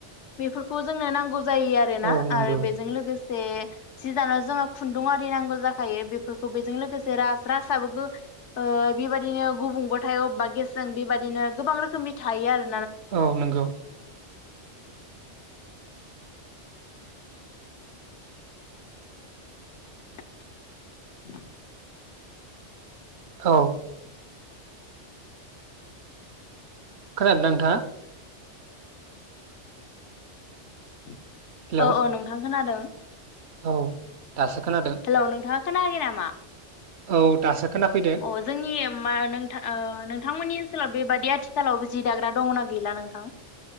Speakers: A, on the left; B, on the right.
A: बेफोरखौ जोंनो नांगौ- जायो आरो ना
B: औ नंगौ
A: आरो बेजों लोगोसे- से जि दानाव जोङो खुन्दुं आरि नांगौ जाख थायो बेफोरखौ बेजों लोगोसे राज राजाबो गो ओ बेबायदिनो गुबुंबो थायो अबेबा गेसजों बेबादिनो गोबां रोखोमनि थायो आरो-
B: औ नंगौ
A: <unintelligible>
B: औ खोनादोंना नोंथाङा?
A: <inaudible>
B: हेलौ
A: औ औ नोंथां खोनादों।
B: औ दासो खोनादों
A: हेलौ नोंथाङा खोनायाखै नामा?
B: औ दासो- खोनाफैदो
A: अ जोंनि- मा नोंथां नोंथांमोननि ओनसोलाव बेबादि आथिखालाव जि दाग्रा दङना गैला नोंथां?